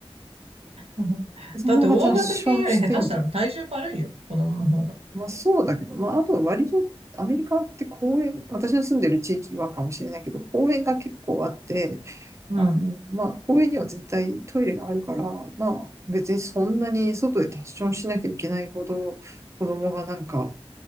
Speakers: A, on the right; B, on the right.
A: うんだって大型犬より下手したら体重軽いよ、
B: 子供がタッションしてんの
A: 子供の方が。
B: まあそうだけど、まああとは割とアメリカって公園、私の住んでる地域はかもしれないけど、公園が結構あって、
A: うん。
B: あの、まあ公園には絶対トイレがあるから、まあ別にそんなに外でタッションしなきゃいけないほど子供がなんか、